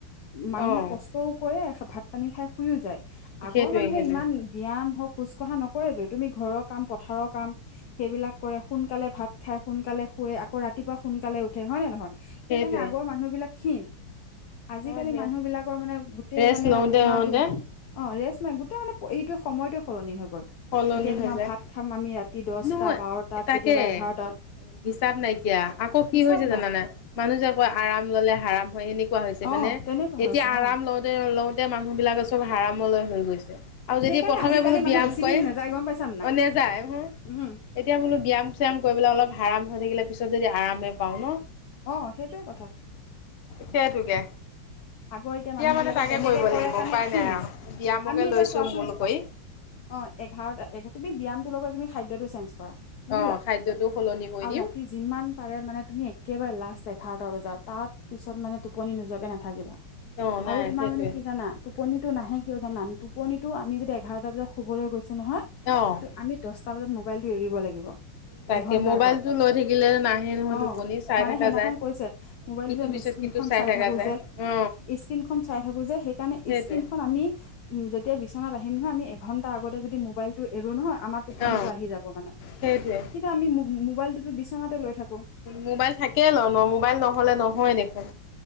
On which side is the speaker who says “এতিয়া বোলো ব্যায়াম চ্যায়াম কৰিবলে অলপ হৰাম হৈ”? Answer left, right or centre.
Left